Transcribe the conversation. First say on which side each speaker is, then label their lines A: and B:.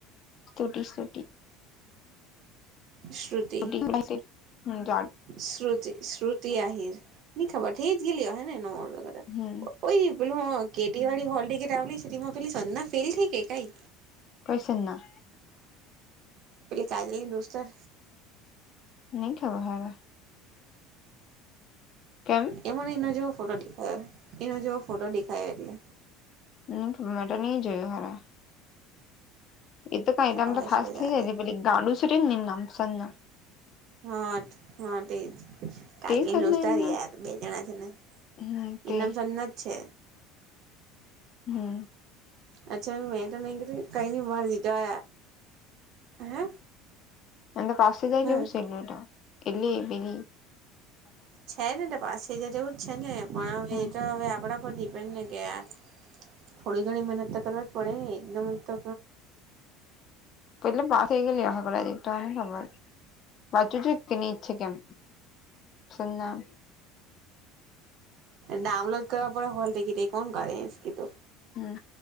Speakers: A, on the left; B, on the right.
A: સ્તુતિ સ્તુતિ.
B: શ્રુતિ.
A: સ્તુતિ પાસે હમ જાડી
B: શ્રુતિ, શ્રુતિ આહિર ની ખબર થે જ ગેલી અહે ને એનું વગ.
A: હમમ
B: પેલું હ કેટી વાડી હોલ ટિકિટ આવેલી છે તેમાં પેલી સજના ફેલ થઈ કે કાઈ?
A: કઈ સજના?
B: પેલી કાજલ ની દોસ્તાર.
A: ની ખબર હારા. કેમ
B: એ મને એના જેવો ફોટો દેખાયો, એના જેવો ફોટો દેખાયો એટલે.
A: ની ખબર મેં તો ની જોયું હારા. એ તો કા એટલેમ
B: હવે
A: તો ફાસ્ટ
B: છોડ
A: થઈ
B: યાર
A: જાય ને પેલી ગાડું છે ને એનું નામ સંજના.
B: હા હા તે જ. કાજલી
A: તે સંજના
B: દોસ્તાર
A: એનું નામ
B: યાર બે જણા છે ને
A: હમ
B: એનું
A: તે
B: નામ સજના જ છે.
A: હમમ
B: અચ્છા મે તો મેં કીધું કય ની મારે બીજા. હે?
A: એને તો પાસે થેય
B: હું
A: ગેયલુ સેનુટ એલે એ બલી.
B: છે ને તો પાછી તો તેવું જ છે ને પણ હવે
A: હમ
B: એ તો હવે આપડા પર દીપેન બેને ગયા. થોડી ઘણી મહેનત તો કરવા જ પડે ને એકદમ તો.
A: એટલે પાસ થઈ ગેલી અહે કદાચ મને ની ખબર વાચું જોત એ જ છે કેમ? એનું નામ
B: ડાઉનલોડ કરવા પડે હોલ ટિકિટ એ કોણ કરે ઈસ્કી તો.
A: હમ